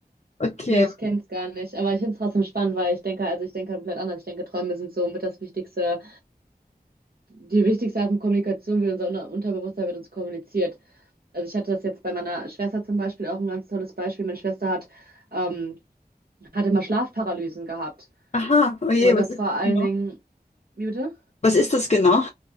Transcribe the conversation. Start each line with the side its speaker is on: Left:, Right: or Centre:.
Left: Okay.
Right: Nee, ich kenne es gar nicht. Aber ich finde es trotzdem spannend, weil ich denke, also ich denke komplett anders. Ich denke, Träume sind so mit das Wichtigste, die wichtigste Art von Kommunikation, wie unser Unter- Unterbewusstsein mit uns kommuniziert. Also ich hatte das jetzt bei meiner Schwester zum Beispiel auch ein ganz tolles Beispiel. Meine Schwester hat, ähm, hat immer Schlafparalysen gehabt.
Left: Aha, oh je,
Right: Und
Left: was
Right: das
Left: ist
Right: vor
Left: das
Right: allen
Left: genau?
Right: Dingen, wie bitte?
Left: Was ist das genau?